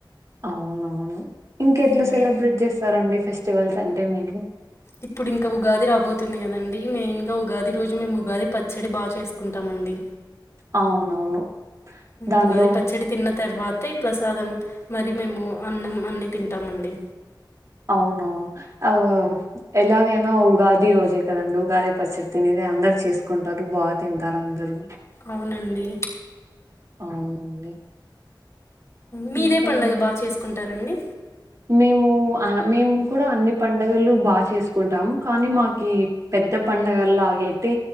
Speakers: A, on the right (about 40°); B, on the left (about 35°).
A: అవునవును ఇంక
B: ఉమ్
A: ఎట్లా సెలబ్రేట్ చేస్తారండి ఫెస ఫెస్టివల్స్ అంటే మీరూ
B: ఇప్పుడు ఇంకా ఉగాది రాబోతుంది కదండి మెయిన్ గా ఉగాది రోజు మేము ఉగాది పచ్చడి బాగా చేసుకుంటామ అండి
A: అవునవును దానిట్లో
B: ఉగాది పచ్చడి తిన్న తర్వాతే ప్రసాదం మరి మేము అన్నం అన్ని తింటామండి
A: అవునవును ఆ ఎలాగైనా ఉగాది రోజే కదండి ఉగాది పచ్చడి తినేది అందరు చేసుకుంటారు బాగా తింటారు అందరు
B: అవునండి
A: అవునండి
B: మీరే
A: ఇంకా
B: పడుగ
A: ఏం
B: బాగా చేసుకుంటారండి
A: మేము మేము కూడా అన్ని పడుగలు బాగా చేసుకుంటాము కానీ మాకు పెద్ద పండగలాగైతే